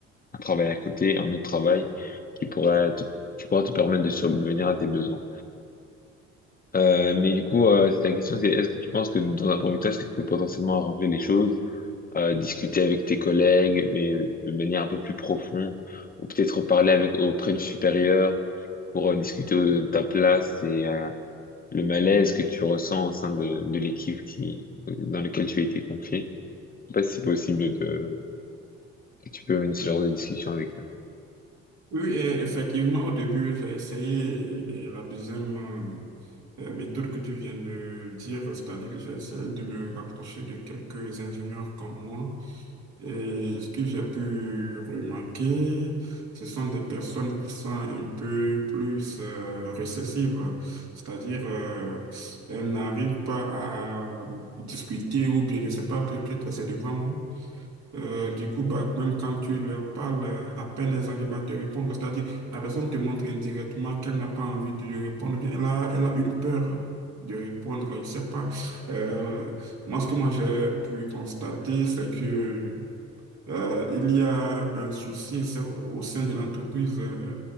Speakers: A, on the left; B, on the right.
A: un travail à côté, un autre travail qui pourrait te, qui pourra te permettre de subvenir à tes besoins. Euh, mais du coup, euh, la question c'est, est-ce que tu penses que dans un premier temps, est-ce que tu peux potentiellement arranger les choses, euh, discuter avec tes collègues, mais de manière un peu plus profonde, ou peut-être parler avec auprès du supérieur pour euh, discuter de ta place et euh, le malaise que tu ressens au sein de, de l'équipe qui, dans laquelle tu as été confié? Je sais pas si c'est possible de, que tu peux mener ce genre de discussion avec eux.
B: Oui, et effectivement, au début, j'ai essayé et la deuxième euh, euh, méthode que tu viens de dire, c'est-à-dire que j'ai essayé de me rapprocher de quelques ingénieurs comme moi. Et ce que j'ai pu remarquer, ce sont des personnes qui sont un peu plus euh, récessives, c'est-à-dire euh, elles n'arrivent pas à discuter ou bien je ne sais pas, peut- peut-être que c'est devant moi. Euh, du coup, bah, même quand tu leur parles, euh, à peine elles arrivent à te répondre, c'est-à-dire la personne te montre indirectement qu'elle n'a pas envie de lui répondre, ou bien elle a, elle a une peur de répondre, je ne sais pas. Euh, moi, ce que moi j'ai pu constater, c'est que euh, il y a un souci c'est- au sein de l'entreprise euh,